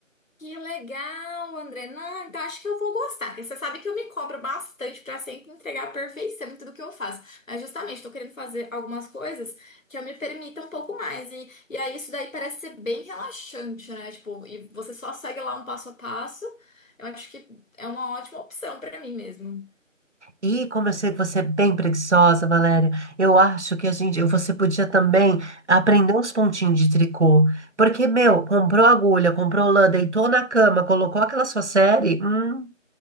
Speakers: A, on the left (about 80°); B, on the right (about 60°).
A: Que legal, André. Não, então acho que eu vou gostar. Porque você sabe que eu me cobro bastante pra sempre entregar a perfeição em tudo que eu faço. Mas justamente tô querendo fazer algumas coisas que eu me permita um pouco mais. E, e aí isso daí parece ser bem relaxante, né? Tipo, e você só segue lá um passo a passo. Eu acho que é uma ótima opção pra mim mesmo.
B: E como eu sei que você é bem preguiçosa, Valéria. Eu acho que a gente, você podia também aprender uns pontinhos de tricô. Porque, meu, comprou agulha, comprou lã, deitou na cama, colocou aquela sua série, hum,